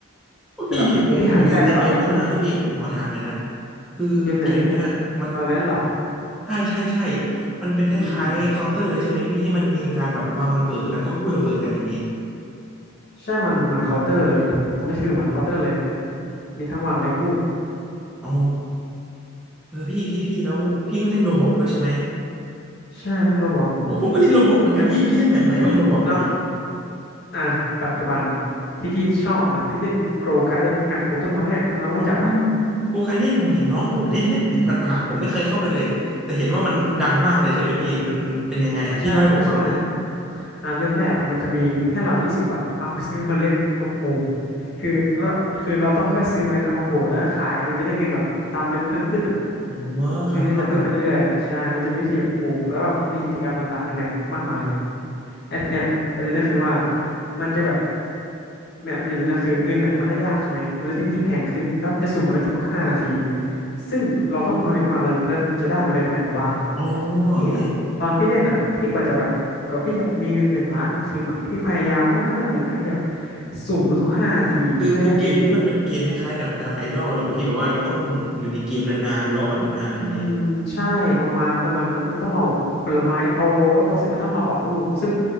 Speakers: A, in the centre; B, on the left.
A: โอ้พี่พี่ผมผมสนใจเกมนี้มากเลยพี่ผมขอถามหยนะ
B: แต่แบบพี่หาที่ได้ตลอดนะ
A: คือเกมเนี้ยมัน
B: เกมไหนเอาแล้วเหรอ
A: ใช่ใช่ใช่มันเป็นคล้ายๆเคาน์เตอร์เลยใช่ไหมพี่ที่มันมีการแบบวางระเบิดแล้วก็กู้ระเบิดกันอย่างเงี้ย
B: อืมใช่มันเหมือนเคาน์เตอร์เลยตรงนี้คือเหมือนเคาน์เตอร์เลยมีทั้งวางและกู้
A: อ๋อเออพี่พี่พี่แล้วพี่ก็เล่นโรบอกด้วยใช่ไหม
B: ใช่พี่ต้องระวังอยู่
A: โอ้ยผมก็เล่นโรบอกเหมือนกันพี่พี่เล่นแบบไหนบ้างโรบอกนะ
B: เอ้ยเอ้ยน้อง อ่ะปัจจุบันที่พี่ชอบนะพี่เล่น Grow Garden แมปปลูกต้นไม้อะน้องรู้จักไหม
A: โอ้โกการเล่นผมเห็นน้องผมเล่นเล่นเห็นผ่านๆผมไม่เคยเข้าไปเลยแต่เห็นว่ามันดังมากเลยใช่ไหมพี่มันเป็นยังไงอ่ะพี่เล่าให้ผมฟังหน่อย
B: ใช่ใช่ใช่อ่ะเริ่มแรกอ่ะมันจะมีให้เรายี่สิบบาทเอาไปซื้อเมล็ดมาปลูกคือเราคือเราต้องค่อยๆซื้อเมล็ดเอามาปลูกแล้วก็ขายมันจะได้เงินแบบตามเมล็ดเพิ่มขึ้นอ่ะ
A: อ๋อ
B: คือก็จะเพิ่มไปเรื่อยๆใช่มันจะมีวิธีแบบปลูกแล้วแบบมีกิจกรรมต่างๆในแมปมากมาย
A: ครับครับครับ
B: แล้วทีเนี้ยประเด็นก็คือว่ามันจะแบบเนี่ยมันอยู่ตรงเนี้ยคือเงินอ่ะมันได้ยากใช่ไหมมันเลยที่ยิ่งแพงขึ้นแล้วมันจะสุ่มเมล็ดทุกๆห้านาทีซึ่งเราต้องมารู้อีกว่าเราจะได้จะได้เมล็ดอะไรมาบ้าง
A: อ๋อ
B: พี่อ่ะตอนพี่เล่นอ่ะพี่กว่าจะแบบกว่าพี่จะมีเงินหนึ่งล้านในเกมอ่ะพี่พยายามมากในการที่จะ
A: พี่
B: สุ่มทุกๆห้านาทีเพื่อให้ได้เงิน
A: คือคือเกมนี้มันเป็นเกมคล้ายๆแบบแนวไอดอลเลยหรอพี่แบบว่าเราต้องอยู่ในเกมนานๆรอนานๆอย่างเงี้ย
B: อืมใช่ประมาณประมาณนั้นมันต้องรอแบบผลไม้โตแล้วโตเสร็จก็ต้องรอออกลูกซึ่ง